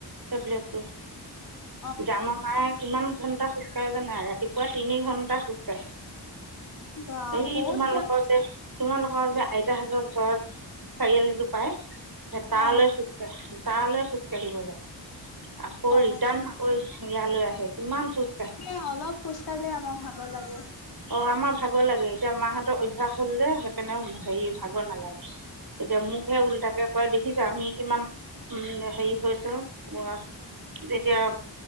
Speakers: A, on the right (about 50°); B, on the left (about 55°).
A: টেবলেটো।
B: অ।
A: এতিয়া আমা মায়ে কিমান ঘণ্টা খোজকাঢ়ে জানা ৰাতিপুৱা তিনি ঘণ্টা খোজকাঢ়ে।
B: বা
A: এই
B: বহুত
A: তোমালোকৰ
B: যোৱা
A: যে তোমালোকৰ যে আইতাহতৰ ঘৰত চাৰিআলিটো পায়, সে তালৈ
B: অ
A: খুজ কাঢ়ে। তালে খোজকাঢ়িব যায় আকৌ
B: অ
A: ৰিটাৰ্ণ আকৌ ইয়ালৈ আহে কিমান খোজ
B: সেই অলপ খোজ কাঢ়িলে আমাক ভাগৰ লাগে।
A: অ আমাৰ ভাগৰ লাগে এতিয়া মাহতৰ অভ্যাস হল যে সেইকাৰণে হেৰি ভাগৰ নালাগে। এতিয়া মোকহে উল্টাকে কয় দেখিছা আমি কিমান উম হেৰি হৈছো ৱা এতিয়া